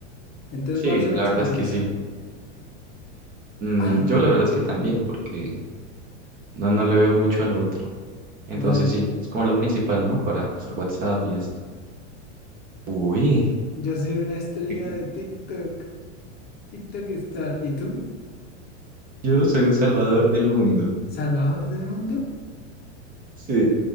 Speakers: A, on the left (about 25°); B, on the right (about 25°).
A: Entonces
B: Sí,
A: voy a seleccionar
B: la verdad es que
A: esa.
B: sí. Mm,
A: Ay,
B: yo la verdad es que también, porque no, no le veo mucho a lo otro. Entonces
A: dale.
B: sí, es como lo principal, ¿no? Para usar WhatsApp y esto. Uy,
A: Yo soy una estrella
B: <laughs>
A: de TikTok, TikTok Star. ¿Y tú?
B: yo soy un salvador del mundo.
A: ¿Salvador del mundo?
B: Sí.